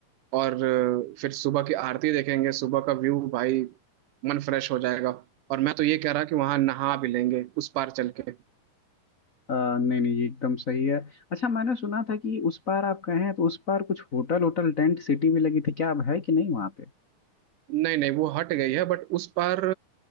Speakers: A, on the right (about 75°); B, on the left (about 30°).
A: और अ, फिर सुबह की आरती देखेंगे सुबह का व्यू भाई मन फ्रेश हो जाएगा और मैं तो ये कह रहा कि वहाँ नहा भी लेंगे उस पार चल के
B: अ, नहीं नहीं ये एकदम सही है अच्छा मैंने सुना था कि उस पार आप कहे हैं तो उस पार कुछ होटल होटल टेंट सिटी भी लगी थी क्या अब है कि नहीं वहाँ पे
A: नहीं नहीं वो हट गई है बट उस पर